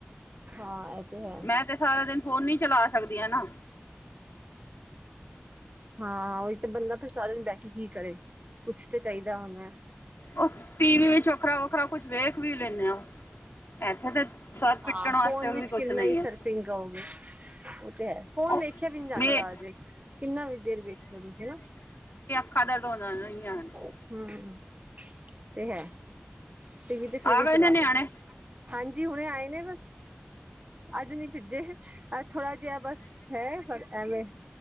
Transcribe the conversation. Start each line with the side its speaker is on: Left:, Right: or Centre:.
Right: ਹਾਂ, ਇਹ ਤੇ ਹੈ।
Left: ਮੈਂ ਤੇ ਸਾਰਾ ਦਿਨ ਫੋਨ ਨੀ ਚਲਾ ਸਕਦੀਆਂ ਨਾ।
Right: ਹਾਂ, ਉਹੀ ਤਾਂ ਬੰਦਾ ਫਿਰ ਸਾਰਿਆਂ ਨੂੰ ਬਹਿਠ ਕੇ ਕੀ ਕਰੇ, ਕੁਛ ਤਾਂ ਚਾਹੀਦਾ ਹੁੰਦਾ।
Left: ਉਹ ਟੀ ਵੀ ਵਿੱਚ ਵੱਖਰਾ- ਵੱਖਰਾ ਕੁਛ ਵੇਖ ਵੀ ਲੈਂਦੇ ਆ। ਉਹ ਇੱਥੇ ਤੇ ਸਰ
Right: ਹਾਂ,
Left: ਪਿੱਟਣ ਵਾਸਤੇ
Right: ਫੋਨ ਵਿੱਚ
Left: ਵੀ ਕੁਛ
Right: ਕਿੰਨਾ
Left: ਨਹੀਂ
Right: ਹੀ ਸਰਫਿੰਗ
Left: ਹੈ
Right: ਕੋਗੇ। ਉਹ ਤੇ ਹੈ। ਫੋਨ
Left: ਉਹ
Right: ਵੇਖਿਆ ਵੀ ਨਹੀਂ ਜਾਂਦਾ
Left: ਮੇ
Right: ਜ਼ਿਆਦਾ ਦੇਰ, ਕਿੰਨਾ ਵੀ ਦੇਰ ਵੇਖ ਲਓ ਤੁਸੀ ਹਨਾ।
Left: ਕਦਰ ਤਾਂ ਹੁੰਦਾ ਨਾ ਇ ਹਨ <unintelligible>
Right: ਹ, ਤੇ ਹੈ। ਟੀ ਵੀ ਤੇ ਫਿਰ
Left: ਆ
Right: ਵੀ
Left: ਗਏ
Right: ਚਲਾ
Left: ਨੇ ਨਿਆਣੇ
Right: ਲੋੋ। ਹਾਂਜੀ, ਹੁਣੇ ਆਏ ਨੇ ਬਸ। ਅੱਜ ਨਹੀਂ ਭਿੱਜੇ, ਅਜ ਥੋੜਾ ਜਿਹਾ ਬਸ ਹੈ, ਪਰ ਐਵੇਂ